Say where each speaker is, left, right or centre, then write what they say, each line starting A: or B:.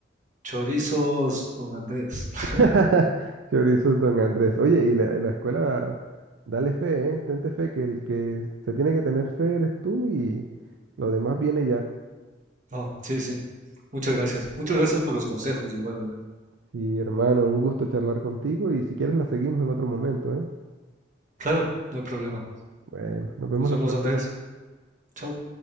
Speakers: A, on the right; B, on the right.
A: chorizos, don Andrés. <laughs>
B: <laughs> Chorizos Don Andrés. Oye, y la, la escuela, dale fe, ¿eh? Tente fe, que el que se tiene que tener fe eres tú y lo demás viene ya.
A: No, sí, sí, muchas gracias. Muchas gracias por los consejos, igual, Andrés.
B: Sí, hermano, un gusto charlar contigo y si quieres la seguimos en otro momento, ¿eh?
A: Claro, no hay problema.
B: Bueno, nos vemos
A: Nos
B: la
A: vemos,
B: próxima.
A: Andrés. Chao.